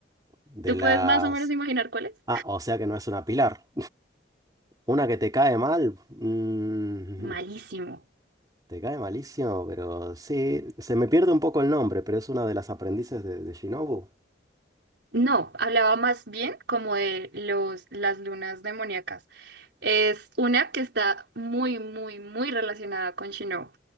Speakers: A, on the right (about 20°); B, on the right (about 65°).
A: De
B: ¿Tú
A: las...
B: puedes más o menos imaginar cuál es?
A: Ah, o sea que no es una pilar. Una que te cae mal. mm,
B: Malísimo.
A: <laughs> te cae malísimo, pero sí. Se me pierde un poco el nombre, pero es una de las aprendices de, de Shinobu.
B: No, hablaba más bien como de los, las lunas demoníacas. Es una que está muy, muy, muy relacionada con Shinobu.